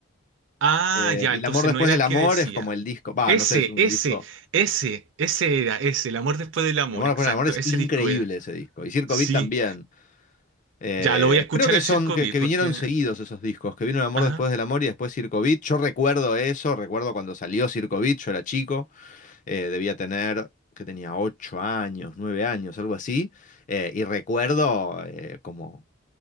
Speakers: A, on the right; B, on the left.
A: Ah,
B: Eh,
A: ya,
B: El
A: entonces
B: amor después
A: no era
B: del
A: el
B: amor
A: que decía.
B: es como el disco. Va,
A: Ese,
B: no sé, es un
A: ese,
B: disco.
A: ese, ese era, ese, El amor después del amor,
B: El amor después
A: exacto,
B: del amor es
A: ese
B: increíble
A: disco era.
B: ese disco. Y Circo
A: Sí.
B: Beat también. Eh,
A: Ya lo voy a escuchar
B: creo que
A: el
B: son,
A: Circo
B: que,
A: Beat
B: que
A: porque.
B: vinieron seguidos esos discos, que vino El amor
A: Ajá.
B: después del amor y después Circo Beat. Yo recuerdo eso, recuerdo cuando salió Circo Beat, yo era chico, eh, debía tener, que tenía ocho años, nueve años, algo así. Eh, y recuerdo eh, como